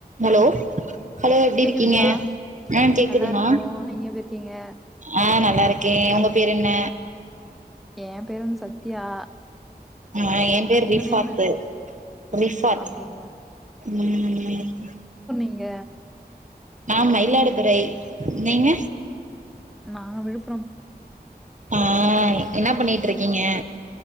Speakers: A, on the right (about 50°); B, in the centre.
A: Hello hello எப்டிருக்கீங்க
B: கேக்குதுங்களா
A: ஆ கேக்குதுமா
B: நல்லா இருக்கோ நீங்க எப்டி இருக்கீங்க
A: ஆ நல் நல்லாருக்கே உங்க பேர் என்ன
B: ஏ பேர் வந்து சத்யா
A: ஆ என் பேரு
B: உங்க
A: ரிஃபாத்து
B: நேமு
A: ரிஃபாத்
B: அப்டிங்களா
A: உம்
B: இங்க
A: நா மயிலாடுதுறை நீங்க
B: நான் விழுப்
A: ஆ என்னா பண்ணிட்ருக்கிங்க